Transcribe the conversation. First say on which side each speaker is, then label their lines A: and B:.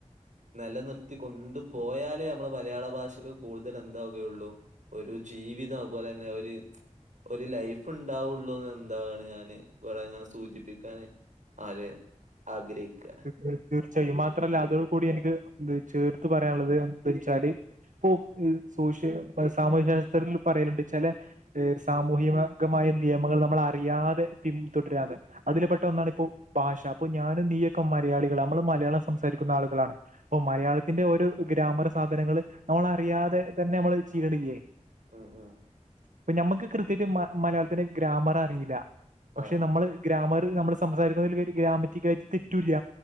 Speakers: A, on the right; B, on the right.
A: നിലനിർത്തി കൊണ്ടു പോയാലേ നമ്മള മലയാള ഭാഷക്ക് കൂടുതൽ എന്താവുകയുള്ളൂ ഒരു ജീവിതം അത്പോലെന്നെ ഒരു ഒരു ലൈഫ്ണ്ടാവുള്ളൂന്ന് എന്താണ് ഞാന് ഇവിടെ എങ്ങനെ സൂചിപ്പിക്കാന് ആര് ആഗ്രഹിക്ക
B: തീ തീർച്ചയായും മാത്രല്ല അതോട് കൂടി എനിക്ക് ചേർത്ത് പറയാനുള്ളത് എന്ത വെച്ചാല് ഇപ്പോ ഹ് സോഷ്യ സാമൂഹ്യ വ്യവസ്ഥയിൽ പറയലുണ്ട് ചെല സാമൂഹിമകമായ നിയമങ്ങള് നമ്മൾ അറിയാതെ പിന്തുടരാണ് അതില് പെട്ട ഒന്നാണ് ഇപ്പോ ഭാഷ അപ്പൊ ഞാനും നീയൊക്കെ മലയാളികള നമ്മള് മലയാളം സംസാരിക്കുന്ന ആളുകളാണ് ഓ മലയാളത്തിന്റെ ഒരു ഗ്രാമർ സാധനങ്ങള് നമ്മളറിയാതെ തന്നെ നമ്മള് ചിയ്യണില്ലേ
A: ഉം ഉം
B: പ്പ ഞമ്മക്ക് കൃത്യയിട്ട് മ മലയാളത്തിന് ഗ്രാമർ അറിയില്ല പക്ഷെ
A: ആ
B: നമ്മള് ഗ്രാമറ് നമ്മള് സംസാരിക്കുന്നതില് ഗ്രാമറ്റിക്കായിട്ട് തെറ്റൂല്ല